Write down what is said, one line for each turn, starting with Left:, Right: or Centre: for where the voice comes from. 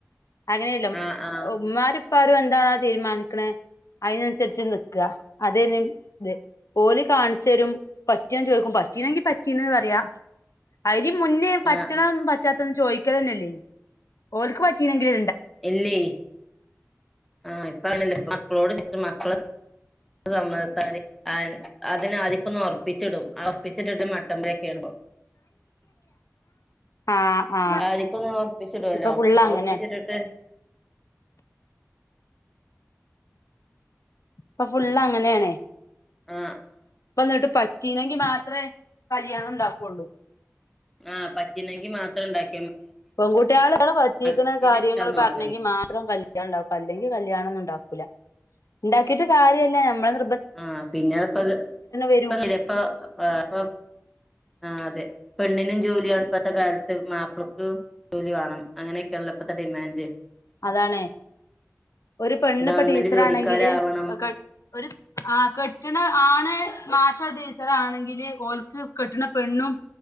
Left: അങ്ങനെയല്ല
Centre: ആഹ് ആഹ്
Left: ഉമ്മാരും ഉപ്പാരും എന്താണ തീരുമാനിക്കണേ അതിനന്സരിച്ച് നിക്ക. അതേനും ഇത്. ഓല് കാണിച്ചരും പറ്റിയോന്ന് ചോദിക്കും, പറ്റ് പറ്റീനെങ്കി പറ്റീനെന്ന് പറയ്യാ. അയി ഈ മുന്നേ പറ്റണം
Centre: ആഹ് ആഹ്
Left: പറ്റാത് ചോയിക്കലന്നെ ഇല്ലേനു. ഓൽക്ക് പറ്റീനെങ്കിലെ
Centre: ഇല്ലേ. ആഹ് ഇപ്പങ്ങനല്ല ഇപ്പ ക്കളോട് ചോയിച്ച് മക്കള് സമ്മതത്താല് അയ് അതിനാദ്യൊക്കൊന്ന് ഒറപ്പിച്ചിടും. ആ ഒറപ്പിച്ചിട്ടിട്ട് മട്ടമ്പെലെക്കയാണിപ്പം.
Left: ആഹ് ആ.
Centre: ആദ്യക്കൊന്ന് ഒറപ്പിച്ചിടുവല്ലോ
Left: ഇപ്പൊ ഫുള്ളങ്ങനാ
Centre: ഒറപ്പിച്ചിട്ടിട്ട്
Left: ഇപ്പ ഫുള്ളങ്ങനെയാണേ
Centre: ആ
Left: ഇപ്പന്നിട്ട് പറ്റ് റ്റീനങ്കി മാത്രേ കല്യാണണ്ടാക്കൂള്ളു.
Centre: ആ പറ്റ്ന്നെങ്കി മാത്രണ്ടാക്കി
Left: പെൺകുട്ടികള പറ്റീക്കണ
Centre: കുട്ടീന്റെ
Left: കാര്യങ്ങൾ
Centre: ഇഷ്ടാ നോക്കല്
Left: പറഞ്ഞെങ്കി മാത്രം കല്യാണം ഇണ്ടാക്കും, അല്ലെങ്കി കല്യാണൊന്നും ഇണ്ടാക്കു ക്കുല. ഇണ്ടാക്കീട്ട് കാര്യല്ല. നമ്മളത്
Centre: ആഹ് പിന്നെപ്പൊത്,
Left: വരും
Centre: ഇപ്പങ്ങിനെ ഇപ്പൊ ആ അതെ പെണ്ണിനും ജോലിയാണ് ഇപ്പഴത്തെ കാലത്ത് മാപ്പിളക്ക് ജോലി വേണം അങ്ങനെയൊക്കെള്ളപ്പത്തെ ഡിമാൻഡ്
Left: അതാണേ ഒരു പെണ്ണ്
Centre: ഗവൺമെന്റ്
Left: ഇപ്പ ടീച്ചറാണെങ്കില്
Centre: ജോലിക്കാരാവണം
Left: കെട്ഒരു ആ കെട്ടണ ആണ്- മാഷാണെങ്കില് ചറാണെങ്കില് ഒ <inaudible> ല് കെട്ടുന്ന പെണ്ണും